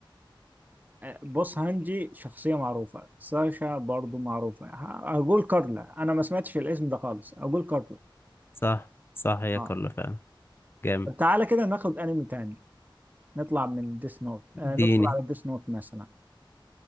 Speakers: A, on the right; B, on the left.
A: بص هانجي شخصية معروفة ساشا برضو معروفة ه- هقول كارلا أنا ما سمعتش الاسم ده خالص أقول كارلا
B: صح صح هي
A: آه
B: كارلا فعلا جامد
A: طب تعالى كده ناخد أنمي تاني نطلع من ديس نوت آه
B: اديني
A: ندخل على ديس نوت مثلا